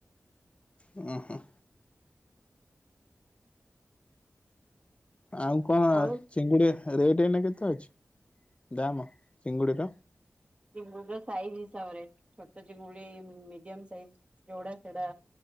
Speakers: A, on the left (about 25°); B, on the right (about 25°).
A: ହଁ - ହଁ। ଆଉ କଣ
B: ଆଉ
A: ଚିଙ୍ଗୁଡି ରେଟ୍ ଏଇନା କେତେ ଅଛି? ଦାମ, ଚିଙ୍ଗୁଡ଼ିର?
B: ଚିଙ୍ଗୁଡିର ସାଇଜ ହିସାବରେ। ଛୋଟ ଚିଙ୍ଗୁଡି ଉଁ, ମିଡିୟମ୍ ସାଇଜ ଯୋଉଡା ସେଡା।